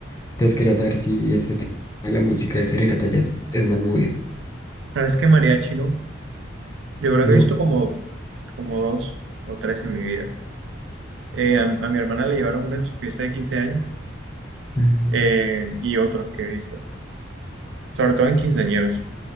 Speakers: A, on the left (about 15°); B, on the right (about 65°).
A: entonces quería saber si este tema de la música de serenata ya es, es más movido.
B: ¿Sabes qué mariachi no? Yo creo
A: No.
B: que he visto como, como dos o tres en mi vida. Eh, a, a mi hermana le llevaron uno en su fiesta de quince años
A: Mm,
B: eh, y otros que he visto, sobre todo en quinceañeros.